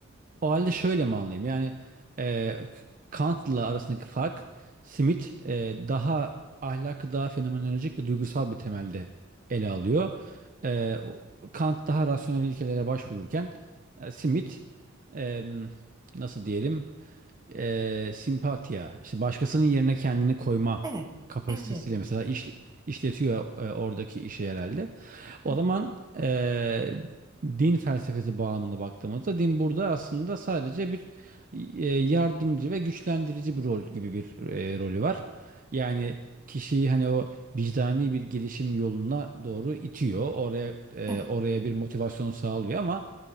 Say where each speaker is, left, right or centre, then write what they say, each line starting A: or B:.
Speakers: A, on the right; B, on the right.
A: O halde şöyle mi anlayayım? Yani e, Kant'la arasındaki fark Smith e, daha ahlakı daha fenomenolojik ve duygusal bir temelde ele alıyor. E, o- Kant daha rasyonel ilkelere başvururken e, Smith e, nasıl diyelim e, simpatiya işte başkasının yerine kendini koyma
B: Evet,
A: kapasitesiyle
B: evet,
A: mesela iş, işletiyor e, oradaki işi herhalde.
B: evet,
A: O zaman e, din felsefesi bağlamında baktığımızda din burada aslında sadece bir e, yardımcı ve güçlendirici bir rol gibi bir e, rolü var. Yani kişiyi hani o vicdani bir gelişim yoluna doğru itiyor. Oraya e,
B: evet,
A: oraya bir motivasyon sağlıyor ama